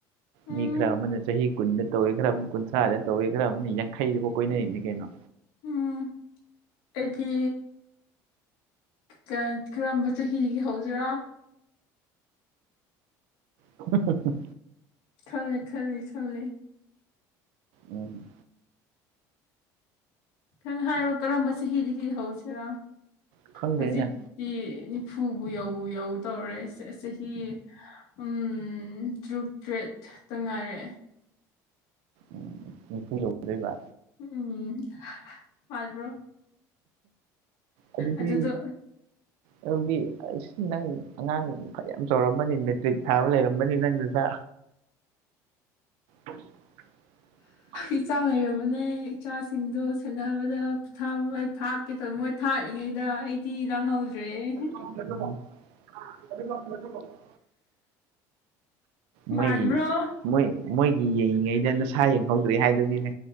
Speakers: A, on the left; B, on the right.
A: ꯎꯝ
B: ꯃꯤ ꯈꯔ ꯑꯃꯅ ꯆꯍꯤ ꯀꯨꯟꯗ ꯇꯧꯋꯦ ꯈꯔ ꯑꯃ ꯀꯨꯟꯊ꯭ꯔꯥꯗ ꯇꯧꯋꯦ ꯈꯔ ꯑꯃꯅ ꯌꯥꯡꯈꯩꯗꯕꯥꯎ ꯀꯣꯏꯅꯔꯤꯅꯦ ꯀꯩꯅꯣ
A: ꯎꯝ ꯑꯩꯗꯤ ꯀꯥ ꯀꯔꯝꯕ ꯆꯍꯤꯗꯒꯤ ꯍꯧꯁꯤꯔꯥ
B: ꯍ ꯍ ꯍ
A: ꯈꯜꯂꯤ ꯈꯜꯂꯤ ꯈꯜꯂꯤ
B: ꯎꯝ
A: ꯈꯪ ꯍꯥꯏꯔꯣ ꯀꯔꯝꯕ ꯆꯍꯤꯗꯒꯤ ꯍꯧꯁꯤꯔꯥ
B: ꯈꯪꯗꯦꯅꯦ
A: ꯍꯧꯖꯤꯛ ꯀꯤ ꯅꯤꯐꯨꯕꯨ ꯌꯧꯕꯨ ꯌꯧꯗꯧꯔꯦ ꯆ ꯆꯍꯤ ꯎꯝ ꯇꯔꯨꯛ ꯇꯔꯦꯠꯇ ꯉꯥꯏꯔꯦ
B: ꯎꯝ ꯅꯤꯐꯨ ꯌꯧꯗꯣꯏꯕ
A: ꯎꯝ ꯃꯥꯟꯕ꯭ꯔꯣ
B: ꯑꯗꯨꯗꯤ
A: ꯑꯗꯨꯗꯣ
B: ꯑꯗꯨꯗꯤ ꯑꯁ ꯅꯪ ꯑꯉꯥꯡ ꯐꯅꯌꯥꯝ ꯆꯥꯎꯔꯝꯅꯤ ꯃꯤꯠ ꯇꯤꯛ ꯊꯥꯕ ꯂꯩꯔꯝꯒꯅꯤ ꯅꯪ ꯅꯆꯥ <inaudible>
A: ꯏꯆꯥ ꯂꯩꯔꯕꯅꯦ ꯏꯆꯥꯁꯤꯡꯗꯣ ꯁꯦꯟꯅꯕꯗ ꯄꯣꯊꯥꯕ ꯃꯩ ꯊꯥꯛꯀꯦ ꯇꯧ ꯃꯣꯏ ꯊꯥꯛꯏꯉꯩꯗ ꯑꯩꯗꯤ ꯂꯥꯡꯍꯧꯗ꯭ꯔꯦ ꯍꯦ
B: <unintelligible> ꯃꯣꯏꯒꯤ
A: ꯃꯥꯟꯕ꯭ꯔꯣ
B: ꯃꯣꯏ ꯃꯣꯏꯒꯤ ꯌꯦꯡꯉꯤꯉꯩꯗ ꯅꯁꯥ ꯌꯦꯡꯍꯧꯗ꯭ꯔꯦ ꯍꯥꯏꯗꯨꯅꯤꯅꯦ